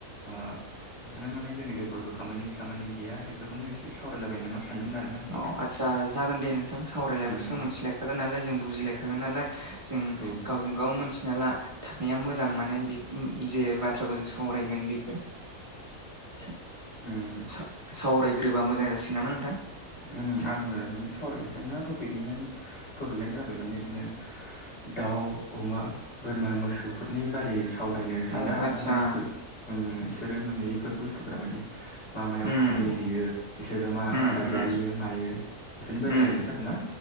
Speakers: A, on the left; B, on the right.
A: ओ बेखौनो माने दिनै देवबारबो खामानि सामानि गैया एफोरखौनो एसे सावरायलाबायनो नामा सान्दोंमोन आरोना आं नोंथां
B: अ आदसा जागोन दे नोंथां सावरायलायबासो
A: उम
B: जों मोनथिलायखागोन नालाय जों बुजिलायखागोन नालाय जों
A: औ
B: गावजों गाव मोनथिना ला थानाया मोजां माने बि ओम जे बाथ्राखौ जों सावरायगोन बे <unintelligible>
A: उम
B: सा-सावरायग्रोबा मोजां जासिगोन नामा नोंथां
A: ओम आङो माने सावरासैना टपिकनियानो टपिकआनो जाबाय माने इदिनो दाउ अमा बोरमा मोसौफोरनि बारै साव बायनो सानदों
B: अ
A: आरोना
B: आदसा
A: माने इफो ओम इसोरो माने इफोर बुस्थुफ्रा माने मा मायाव
B: उम
A: खामानि होयो बिसोरो मा
B: उम
A: आदार जायो
B: उम
A: मायो बेफोरनिफ्राय
B: उम
A: रायलायनोसै आरोना